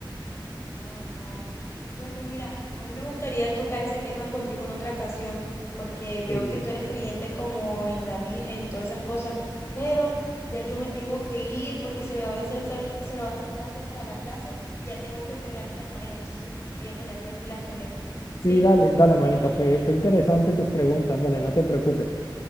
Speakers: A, on the left; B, on the left.
A: Ah, vale. Bueno, mira, a mí me gustaría tocar ese tema contigo en otra ocasión, porque veo
B: Sí.
A: que tú eres creyente como en la Virgen y todas esas cosas, pero ya yo me tengo que ir porque se me va a hacer, ser- se me va a hacer tarde para la clase y ya tengo que entregar esta tarea, entonces voy a ponerme pilas con esto, ¿sí?
B: Sí, dale, dale, manita, fue, fue interesante tus preguntas, dale, no te preocupes.